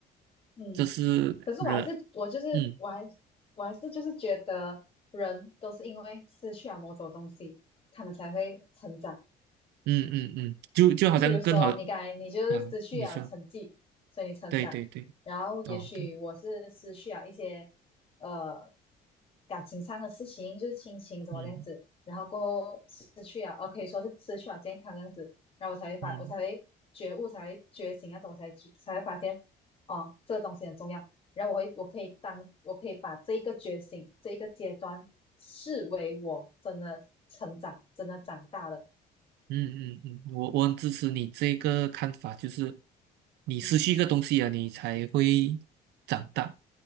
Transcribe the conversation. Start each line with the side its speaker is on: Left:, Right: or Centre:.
Left: 嗯
Right: 这是人，
Left: 可是我还是我就是我还我还是就是觉得人都是因为失去了某种东西，
Right: 嗯
Left: 他们才会成长。
Right: 嗯嗯嗯，就就好像更好啊，
Left: 就比如说，你刚才你就是失去了成绩，
Right: 啊你说，
Left: 所以你成长。
Right: 对对对，
Left: 然后也许我是失去了一些呃
Right: 哦对，
Left: 感情上的事情，就是亲情什么这样子。
Right: 嗯
Left: 然后过后失去了，哦，可以说是失去了健康这样子。然后我才会发，
Right: 嗯。
Left: 我才会觉悟，才会觉醒那种，我才才会发现哦，这个东西很重要。然后我会，我可以当，我可以把这一个觉醒，这一个阶段视为我真的成长，真的长大了。
Right: 嗯嗯嗯，我我很支持你这个看法，就是你失去一个东西啊，
Left: 嗯。
Right: 你才会长大